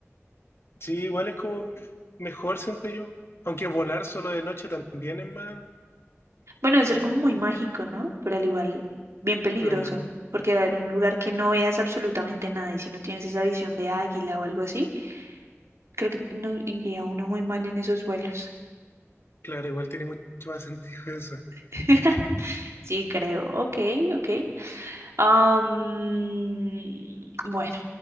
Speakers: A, on the left; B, on the right.
A: Sí, igual es como mejor, siento yo. Aunque volar solo de noche también es más...
B: Bueno, debe ser
A: mm,
B: como muy mágico, ¿no? Pero al igual, bien peligroso,
A: claro,
B: porque va a haber un lugar que no veas absolutamente nada y si no tienes esa visión de águila o algo así, creo que no iría uno muy mal en esos vuelos.
A: claro, igual tiene mucho más sentido eso.
B: <laughs> Sí, creo. Ok, ok. Am, bueno,